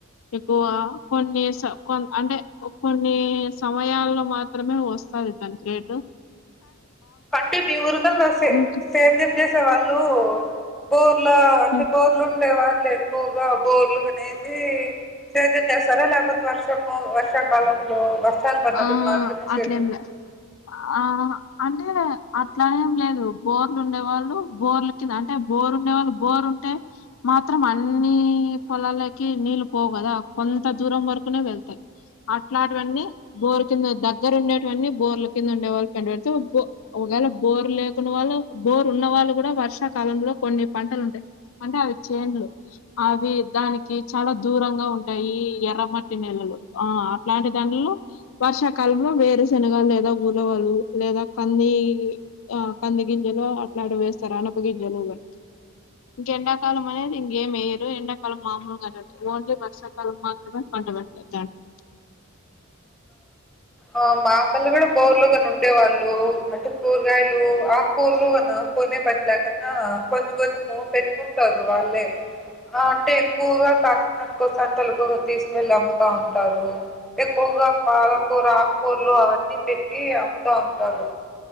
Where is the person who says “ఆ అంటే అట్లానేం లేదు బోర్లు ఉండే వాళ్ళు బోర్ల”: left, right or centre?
Left